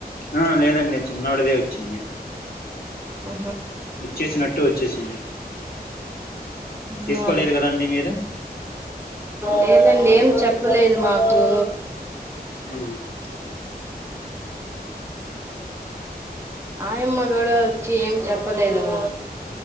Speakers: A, on the left (about 65°); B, on the right (about 15°).
A: ఆ లేదండి చిన్నడిదే వచ్చింది.
B: ఆ
A: ఇచ్చేసినట్ టు వచ్చేసింది. తీసుకోలేదు
B: హా
A: కదండి మీరు
B: లేదండి, ఏం చెప్పలేదు మాకు.
A: మ్మ్
B: ఆయమ్మ గూడ వచ్చి ఏం చెప్పలేదమ్మ.